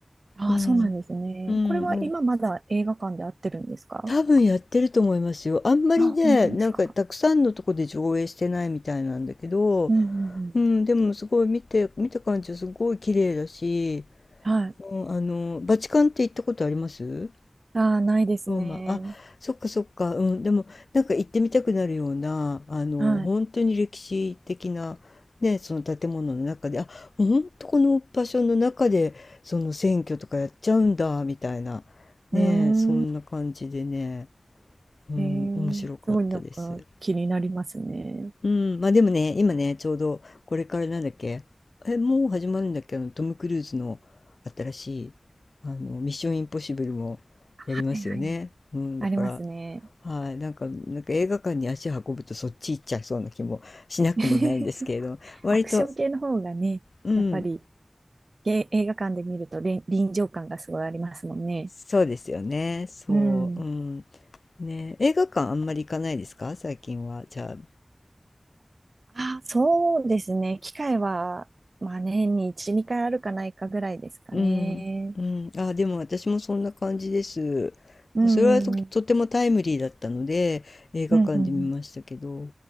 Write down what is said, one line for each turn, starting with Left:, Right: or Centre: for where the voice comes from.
Right: ああ、
Left: うん、
Right: そうなんですね。
Left: うん、
Right: これは今まだ映画館で合ってるんですか
Left: 多分やってると思いますよ。あんまりね、
Right: あ、本当ですか。
Left: なんかたくさんのとこで上映してないみたいなんだけど、
Right: うんうんうん。
Left: うん、でもすごい見て、見た感じはすごい綺麗だし、
Right: はい。
Left: うん、あの、バチカンって行ったことあります
Right: ああ、ないですね。
Left: ローマ。あ、そっかそっか、うん、でもなんか行ってみたくなるような、あの、
Right: はい。
Left: 本当に歴史的な、ね、その建物の中で、あ、もう本当この場所の中で、その選挙とかやっちゃうんだ、みたいな、ね、
Right: うー
Left: そんな感じでね。
Right: ん。
Left: うん、
Right: えーすごいなんか気になりますね。
Left: 面白かったです。うん、まあでもね、今ね、ちょうどこれからなんだっけ、え、もう始まるんだっけ、あのトム・クルーズの新しい、あの、ミッション・インポッシブルもやりますよね。
Right: はいはい。
Left: うん、
Right: ありますね。
Left: だから、はい、なんか、なんか映画館に足を運ぶとそっち行っちゃいそうな気もしなくもないんですけれど、
Right: <laughs>
Left: 割と、
Right: アクション系の方がね、
Left: うん、
Right: やっぱりげ映画館で見るとれん臨場感がすごいありますもんね。
Left: そうですよね、そう、
Right: うん。
Left: うん、ね、映画館あんまり行かないですか、最近は。じゃあ、
Right: あ、そうですね。機会は、まあ年に1、2回あるかないかぐらいですかね。
Left: うん、うん、あ、でも私もそんな感じです。
Right: うん、
Left: それはと、
Right: うん、
Left: とてもタイムリーだったので映画館で見ましたけど、
Right: うん、うん、